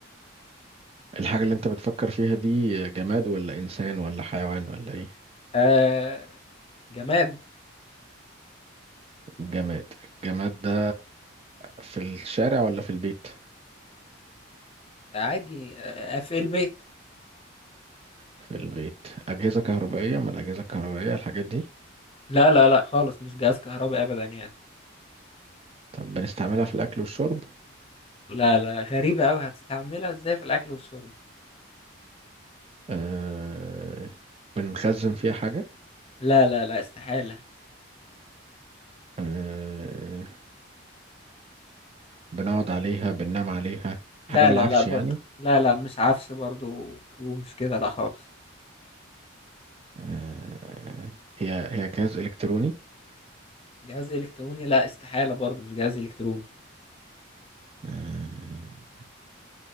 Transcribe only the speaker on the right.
الحاجة اللي انت بتفكر فيها دي جماد ولا انسان ولا حيوان ولا ايه
جماد الجماد ده في الشارع ولا في البيت
في البيت اجهزة كهربائية من الاجهزة الكهربائية الحاجات دي
طب بنستعملها في الاكل والشرب
أه... بنخزن فيها حاجة
أه... بنقعد عليها بننام عليها
حاجة من
العفش
يعني
آه، هي هي جهاز إلكتروني
آه،